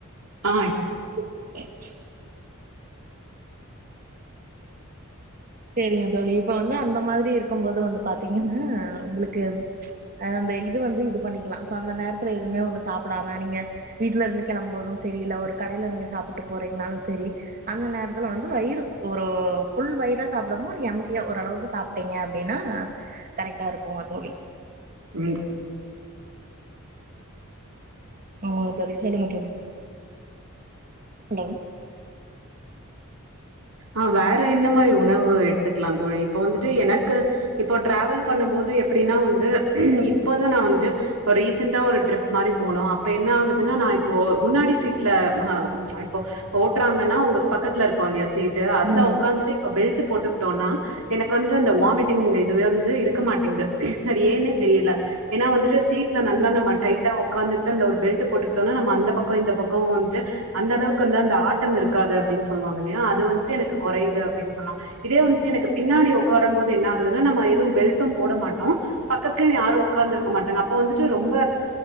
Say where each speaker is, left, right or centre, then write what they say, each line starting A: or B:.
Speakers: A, on the right (about 85°); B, on the right (about 40°).
A: ஆ
B: <inaudible> சேரிங்க தோழி இப்ப வந்து அந்த மாதிரி இருக்கும்போது வந்து பாத்தீங்கனா உங்களுக்கு அ அந்த இது வந்து இது பண்ணிக்லா சோ அந்த நேரத்துல எதுவுமே ஒன்னு சாப்டாம நீங்க வீட்ல இருந்து கெளம்பும்போதும் சரி இல்ல ஒரு கடயில நீங்க சாப்ட்டு போறீங்கனாலு சரி அந்த நேரத்ல வந்து வயிறு ஒரு ஃபுல் வயிரா சாப்டாம ஒரு எம்டிய ஓரளவுக்கு சாப்ட்டீங்க அப்டின்னா கரெக்டா இருக்குங்க தோழி
A: உம்
B: ஆமாங்க தோழி சொல்லுங்க தோழி ஹலோ
A: ஆ வேற என்ன மாதிரி உணவு எடுத்துக்கலா தோழி இப்ப வந்துட்டு எனக்கு இப்போ ட்ராவல் பண்ணும் போது எப்டின்னா வந்து இப்பதா நா வந்துட்டு ஒரு ரீசண்டா ஒரு டிரிப் மாதிரி போணு அப்ப என்ன ஆகுதுன்னா நா இப்போ முன்னாடி சீட் இல்ல இப்போ ஓட்டுறாங்கன்னா ஒங்கலுக்கு பக்கத்ல இருக்கு இல்லையா சீட்டு அதுல
B: ம்.
A: ஒக்காந்துட்டு இப்ப பெல்ட்டு போட்டுக்கிட்டோனா எனக்கு அந்த வாமிட்டிங் இதுவே வந்து இருக்க மாட்டேங்குது அது ஏன்னே தெரியல
B: ம்.
A: ஏன்னா வந்துட்டு சீட்ல நல்லா நம்ம டைட்டா ஒக் ஒக்காந்துட்டு அந்த ஒரு பெல்ட்டு போட்டுக்கிட்டோனா நம்ம அந்த பக்கோ இந்த பக்கோ வந்துட்டு அந்த அளவுக்கு வந்து அந்த ஆட்டம் இருக்காது அப்டின்னு சொல்லுவாங்க இல்லையா அது வந்துட்டு எனக்கு கொறயுது அப்டின்னு சொன்னாங்க இதே வந்துட்டு எனக்கு பின்னாடி ஒக்காரம் போது என்ன ஆகுதுன்னா நம்ம எதுவும் பெல்ட்டும் போட மாட்டோ பக்கத்துலயு யாரு ஒக்காந்து இருக்க மாட்டாங்க அப்ப வந்துட்டு ரொம்ப